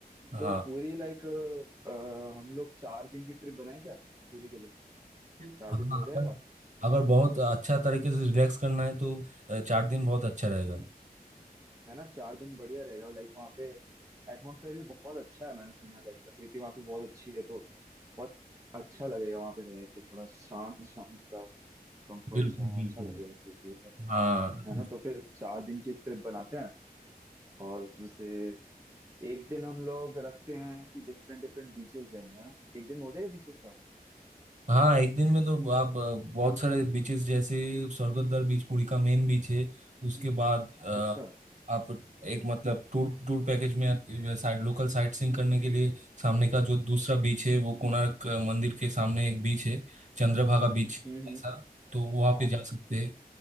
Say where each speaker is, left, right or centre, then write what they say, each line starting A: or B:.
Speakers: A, on the right (about 50°); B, on the right (about 20°).
A: हाँ
B: तो पूरी लाइक हम लोग चार दिन की ट्रिप बनाए क्या पूरी के लिए
A: अगर
B: चार दिन में हो जाएगा
A: अगर बहुत अच्छा तरीके से रिलैक्स करना है तो अ, चार दिन बहुत अच्छा रहेगा
B: है ना चार दिन बढ़िया रहेगा लाइक वहाँ पे एटमोसफेयर भी बहुत अच्छा है मैंने सुना है लाइक प्रकृति वहाँ पे बहुत अच्छी है तो बहुत अच्छा लगेगा वहाँ पे रह के थोड़ा शांत शांत सा कंफर्ट
A: बिल्कुल
B: सा
A: बिल्कुल
B: अच्छा लगेगा तो थोड़ा सा,
A: हाँ
B: है ना तो फिर चार दिन की ट्रिप बनाते हैं और उसमें से एक दिन हम लोग रखते हैं कि डिफरेंट डिफरेंट बीचेस जाएंगे है ना एक दिन में हो जाएगा बीचेस का
A: हाँ एक दिन में तो आप अ, बहुत सारे बीचेस जैसे स्वर्गद्वार बीच पुरी का मेन बीच है उसके बाद अ,
B: अच्छा
A: आप एक मतलब टूर टूर पैकेज में साइड लोकल साइट सीइंग करने के लिए सामने का जो दूसरा बीच है वो कोणार्क अ, मंदिर के सामने एक बीच है चंद्रभागा बीच
B: हम्म
A: ऐसा
B: हम्म
A: तो वहाँ
B: हाँ
A: पे जा सकते हैं